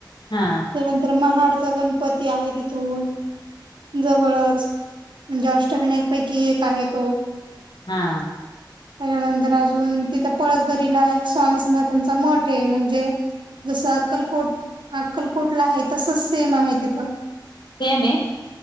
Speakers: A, on the left; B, on the right.
A: हाआ
B: त्यानंतर महाडचा गणपती आहे तिथून जवळच म्हणजे अष्टविनायक पैकी एक आहे तो.
A: हा
B: त्याच्यानंतर अजून तिथं पळसदरीला एक स्वामी समर्थांचा मठ आहे म्हणजे जसं अक्कलकोट अक्कलकोटला हाय तसंच सेम आहे तिथं.
A: सेमे?